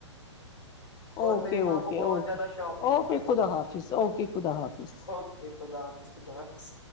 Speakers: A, on the left (about 85°); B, on the left (about 25°).
A: اور
B: اوکے
A: میری ماں
B: اوکے
A: کو بہت
B: اوکے
A: زیادہ شاپنگ
B: اوکے
A: پسند
B: خدا
A: ہے
B: حافظ اوکے خدا حافظ
A: اوکے خدا حافظ